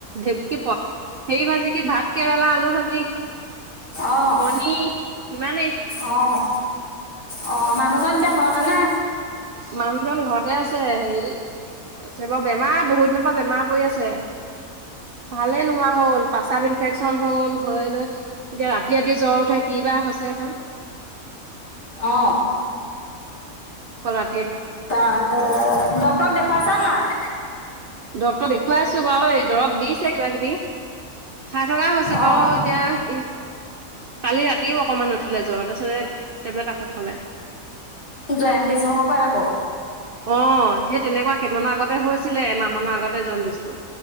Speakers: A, on the right; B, on the left.
A: ঢেপকী পথ। সে ভাজি কি ভাত কেৰেলা আলু ভাজি।
B: অহ
A: কণী ইমানেই
B: অহ। অ মানুহজন এতিয়া ঘৰতেনে?
A: মানুহজন ঘৰতে আছে হেৰি আছে বাৰু। বেমাৰ বহুত দিনৰ পৰা বেমাৰ পৰি আছে। ভালে নোহোৱা হল। প্ৰস্ৰাৱ ইনফেকচন হল হৈ লৈ এতিয়া ৰাতি ৰাদি জ্বৰ উঠে কি বা হৈছে সখন।
B: অ।
A: কলাত।
B: ত ডক্টৰ দেখুৱ চা নাই?
A: ডক্তৰ দেখোৱা। দেখুৱাই আছো বাৰু এই দৰৱ দিছে। কিবা কিবি খাই থকা হৈছে বাৰু
B: অঁ
A: এতিয়া কালি ৰাতিও অকমান উঠিলে জ্বৰ তাৰপিছতে। তেপলেত আকৌ খালে।
B: জয়নদিছ হব পাৰে ক।
A: অ সেই তেনেকুৱা কেইদামানৰ আগতে হৈ আছিলে এমাহ মানৰ আগতে জনডিচটো।